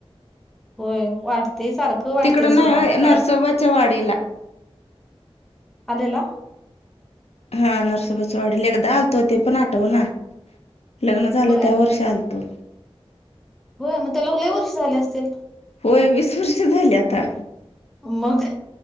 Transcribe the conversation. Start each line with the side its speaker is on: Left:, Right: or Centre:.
Centre: होय वाटतेय सारखं वाटतेय
Left: तिकड नाही
Centre: सोडा
Left: नरसोबाच्या
Centre: कायच्
Left: वाडीला.
Centre: आलेला
Left: हा नरसोबाच्या वाडीला एकदा आलतो ते पण आठवना लग्न झालं
Centre: बर
Left: त्या वर्ष आलतो.
Centre: होय मग त्याला लय वर्ष झाले असतील?
Left: <unintelligible> वीस वर्ष झाले आता
Centre: मग